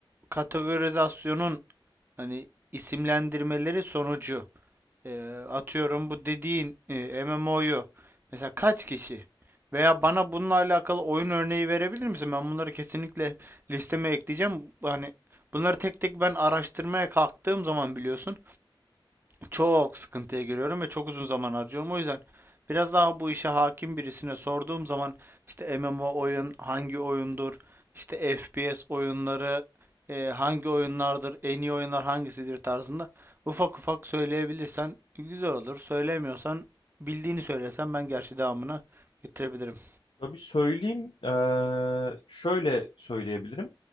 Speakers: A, on the right (about 25°); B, on the left (about 85°).
A: kategorizasyonun Hani isimlendirmeleri sonucu e, atıyorum bu dediğin MMO'yu mesela kaç kişi veya bana bununla alakalı oyun örneği verebilir misin? Ben bunları kesinlikle listeme ekleyeceğim. Hani bunları tek tek ben araştırmaya kalktığım zaman biliyorsun çok sıkıntıya giriyorum ve çok uzun zaman harcıyorum. O yüzden biraz daha bu işe hakim birisine sorduğum zaman işte MMO oyun hangi oyundur, işte FPS oyunları e, hangi oyunlardır, en iyi oyunlar hangisidir tarzında ufak ufak söyleyebilirsen güzel olur. Söylemiyorsan bildiğini söylesen ben gerçi devamını getirebilirim.
B: Tabii söyleyeyim. Eee, şöyle söyleyebilirim.